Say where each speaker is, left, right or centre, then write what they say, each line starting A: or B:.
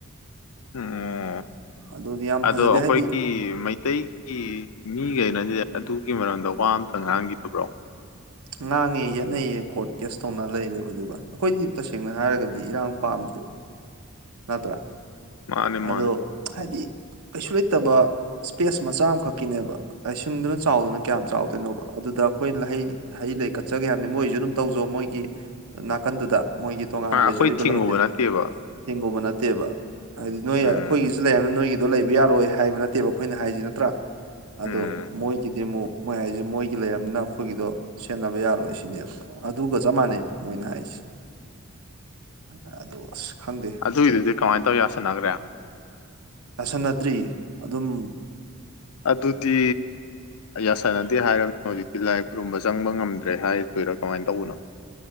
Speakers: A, on the left; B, on the right.
A: ꯎꯝ
B: ꯑꯗꯨꯗꯤ ꯌꯥꯝ
A: ꯑꯗꯣ
B: ꯐꯖꯗꯦ
A: ꯑꯩꯈꯣꯏꯒꯤ
B: ꯍꯥꯏꯗꯤ
A: ꯃꯩꯇꯩꯒꯤ ꯃꯤꯈꯩꯅꯗꯤ ꯑꯗꯨꯒꯤ ꯃꯔꯝꯗ ꯋꯥ ꯋꯥ ꯑꯃꯝꯇꯪ ꯉꯥꯡꯈꯤꯗꯕ꯭ꯔꯣ
B: ꯉꯥꯡꯉꯦ ꯌꯦꯠꯅꯩꯌꯦ ꯀꯣꯔꯠ ꯀꯦꯁ ꯇꯧꯅ ꯂꯩꯔꯦꯕ ꯑꯗꯨꯒ ꯑꯩꯈꯣꯏꯗꯤ ꯇꯁꯦꯡꯅ ꯍꯥꯏꯔꯒꯗꯤ ꯏꯔꯥꯡ ꯄꯥꯝꯗꯦ ꯅꯠꯇ꯭ꯔꯥ
A: ꯃꯥꯅꯦ
B: ꯑꯗꯣ
A: ꯃꯥꯅꯦ
B: ꯍꯥꯏꯗꯤ ꯀꯩꯁꯨ ꯂꯩꯇꯕ ꯏꯁꯄꯦꯁ ꯃꯆꯥ ꯑꯃꯈꯛꯀꯤꯅꯦꯕ ꯂꯥꯏꯁꯤꯡꯗꯨꯅ ꯆꯥꯎꯗꯅ ꯀꯌꯥꯝ ꯆꯥꯎꯗꯣꯏꯅꯣꯕ ꯑꯗꯨꯗ ꯑꯩꯈꯣꯏ ꯂꯍꯩ ꯍꯩ ꯂꯩ ꯀꯠꯆꯒꯦ ꯍꯥꯏꯕꯅꯤ ꯃꯣꯏꯁꯨ ꯑꯗꯨꯝ ꯇꯧꯖꯣ ꯃꯣꯏꯒꯤ ꯅꯥꯀꯟꯗꯨꯗ ꯃꯣꯏꯒꯤ ꯇꯣꯉꯥꯟꯅ
A: ꯑ ꯑꯩꯈꯣꯏ
B: ꯂꯩꯖꯔꯤꯕ
A: ꯊꯤꯡꯉꯨꯕ
B: ꯂꯝꯁꯦ
A: ꯅꯠꯇꯦꯕ
B: ꯍꯦꯡꯒꯨꯝꯕ ꯅꯠꯇꯦꯕ ꯍꯥꯏꯗꯤ ꯅꯣꯏ
A: ꯎꯝ
B: ꯑꯩꯈꯣꯏꯒꯤꯁꯨ ꯂꯩꯔꯅ ꯅꯣꯏꯒꯤ ꯑꯗꯣ ꯂꯩꯕ ꯌꯥꯔꯣꯏ ꯍꯥꯏꯕ ꯅꯠꯇꯦꯕ ꯑꯩꯈꯣꯏꯅ ꯍꯥꯏꯁꯤ ꯅꯠꯇ꯭ꯔꯥ ꯑꯗꯣ
A: ꯎꯝ
B: ꯃꯣꯏꯒꯤꯗꯤ ꯑꯃꯨꯛ ꯃꯣꯏ ꯍꯥꯏꯁꯦ ꯃꯣꯏꯒꯤ ꯂꯩꯔꯕꯝꯅꯤꯅ ꯑꯩꯈꯣꯏꯒꯤꯗꯣ ꯁꯦꯟꯅꯕ ꯌꯥꯔꯣꯏ ꯁꯤꯅꯦꯕ ꯑꯗꯨꯒ ꯆꯞ ꯃꯥꯟꯅꯩ ꯃꯣꯏꯅ ꯍꯥꯏꯁꯦ ꯑ ꯑꯁ ꯈꯪꯗꯦ
A: ꯑꯗꯨꯒꯤꯗꯨꯗꯤ ꯀꯃꯥꯏꯅ ꯇꯧ ꯌꯥꯁꯟꯅꯈ꯭ꯔꯦ
B: ꯌꯥꯁꯟꯅꯗ꯭ꯔꯤ ꯑꯗꯨꯝ
A: ꯑꯗꯨꯗꯤ ꯌꯥꯁꯟꯅꯗꯤ ꯍꯥꯏꯔꯝꯃꯦꯅꯦ ꯍꯧꯖꯤꯛꯇ ꯂꯥꯏ ꯈꯨꯔꯨꯝꯕ ꯆꯪꯕ ꯉꯝꯗ꯭ꯔꯦ ꯍꯥꯏꯗꯣꯏꯔꯥ ꯀꯃꯥꯏꯅ ꯇꯧꯕꯅꯣ